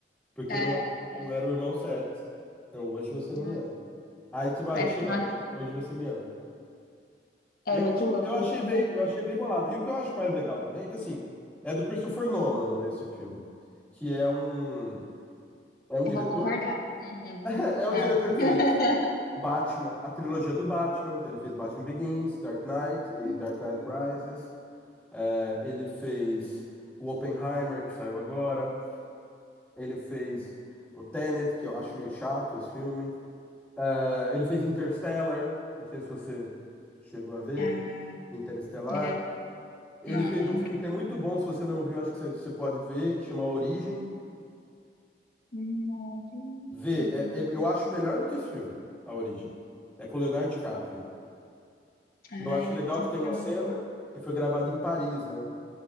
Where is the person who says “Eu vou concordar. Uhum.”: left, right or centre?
Left